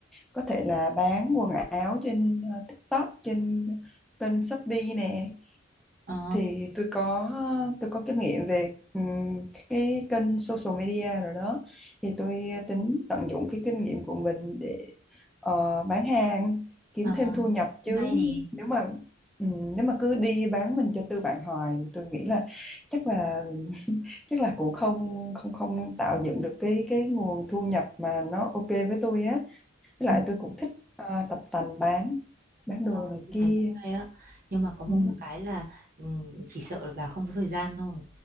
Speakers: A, in the centre; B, on the right.
A: có thể là bán quần áo trên ờ, TikTok trên kênh Shopee nè
B: ờ
A: thì tôi có ờ, tôi có kinh nghiệm về ừm, cái kênh social media rồi đó thì tôi ờ, tính tận dụng cái kinh nghiệm của mình để ờ, bán hàng kiếm
B: ờ
A: thêm thu nhập
B: cũng
A: chứ
B: hay nè
A: nếu mà ừm, nếu mà cứ đi bán mình cho tư bản hoài thì tôi nghĩ là chắc là chắc là cũng không không không tạo dựng được cái cái nguồn thu nhập mà nó ok với tôi á với lại
B: ừ.
A: tôi cũng thích ờ, tập tành bán bán đồ
B: Ờ,
A: này
B: tôi
A: kia
B: thấy cũng hay á nhưng mà có mỗi
A: ừ.
B: một cái là ừm, chỉ sợ là bà không có thời gian thôi